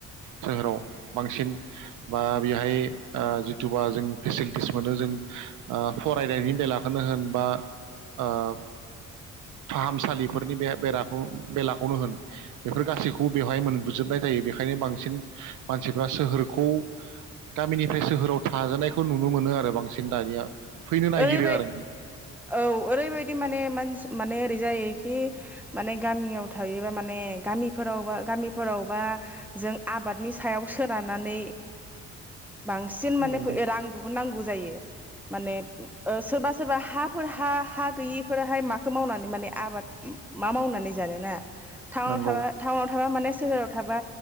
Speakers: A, on the right; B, in the centre.
A: सोहोराव बांसिन बा बेहाय ओ जिथुबा जों फेसिलिटिस मोनो जों ओ फरायनायनि बेलाखौनो होन बा ओ फाहामसालिफोरनिखौ बेलाखौनो होन बेफोर गासैखौबो बेवहाय मोनबोजोबनाय थायो बेखायनो बांसिन मानसिफ्रा सोहोरखौ ‌ गामिनिफ्राय सोहोराव थाजानायखौ नुनो मोनो आरो बांसिन दानिया फैनो नागिरो
B: ओरैबाय
A: आरोना
B: औ ओरैबायदि माने मानसि माने ओरै जायोखि माने गामियाव थायोबा माने गामिफोरावबा गामि फोरावबा जों आबादनि सायाव सोनारनानै बांसिन माने
A: नंगौ
B: रां दिहुननांगौ जायो माने ओ सोरबा सोरबा हा हाफोर हा हा गैयिफोराहाय माखौ मावनानै माने आबाद मा मावनानै जानोना टाउन
A: नंगौ
B: थाग्रा टाउन थाबा माने सोहोराव थाबा